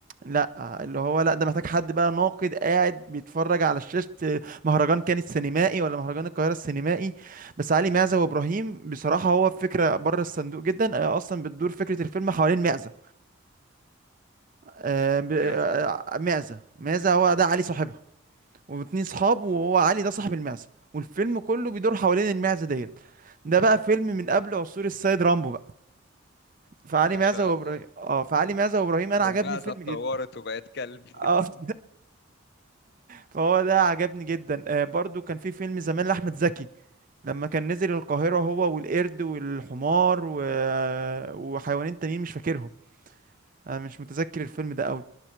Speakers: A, on the right; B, on the left.
A: لا اللي هو لا ده محتاج حد بقى ناقد قاعد بيتفرج على شاشة مهرجان كان السينمائي ولا مهرجان القاهرة السينمائي بس علي معزة وابراهيم بصراحة هو فكرة بره الصندوق جدا آه، اصلا بتدور فكرة الفيلم حوالين معزة آه، ب- آه،
B: معزة
A: معزة معزة هو ده علي صاحبها واتنين صحاب وهو علي ده صاحب المعزة والفيلم كله بيدور حوالين المعزة ديت ده بقى فيلم من قبل عصور السيد رامبو بقى فعلي
B: ما
A: معزة
B: شاء الله
A: وابراهيم اه فعلي معزة وابراهيم انا
B: هو
A: عجبني
B: المعزة
A: الفيلم
B: اتطورت
A: جدا
B: وبقت كلب
A: اه <laughs> فهو ده عجبني جدا آه برضو كان في فيلم زمان لاحمد زكي لما كان نزل القاهرة هو والقرد والحمار و... وحيوانين تانيين مش فاكرهم انا مش متذكر الفيلم ده قوي